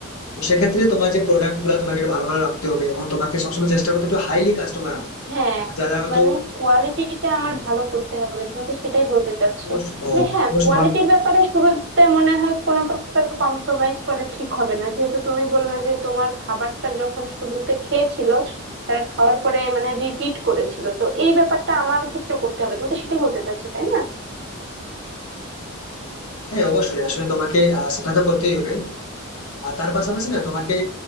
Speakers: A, on the left; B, on the right.
A: তো সেক্ষেত্রে তোমার যে প্রোডাক্ট গুলো তোমাকে একটু ভালো ভালো রাখতে হবে এবং তোমাকে সবসময় চেষ্টা করতে হবে একটু হাইলি কাস্টমার আনা,
B: হ্যাঁ
A: মানে যারা হয়তো
B: মানে কোয়ালিটিটা
A: হুম,
B: আমার ভালো করতে হবে তুমি তো সেটাই বলতে চাচ্ছো
A: অবশ্যই ও,
B: যে হ্যাঁ
A: অবশ্যই
B: কোয়ালিটির
A: তোমার-
B: ব্যাপারে শুরুতে মনে হয় কোনো প্রকার কম্প্রোমাইজ করা ঠিক হবে না যেহেতু তুমি বললে যে তোমার খাবারটা যখন শুরুতে খেয়েছিল তারা খাওয়ার পরে মানে রিপিট করেছিল তো এই ব্যাপারটা আমার ক্ষেত্রে করতে হবে তুমি তো সেটাই বলতে চাচ্ছো তাই না
A: হ্যাঁ অবশ্যই আসলে তোমাকে আহ, সেটা তো করতেই হবে আর তার পাশাপাশি না তোমাকে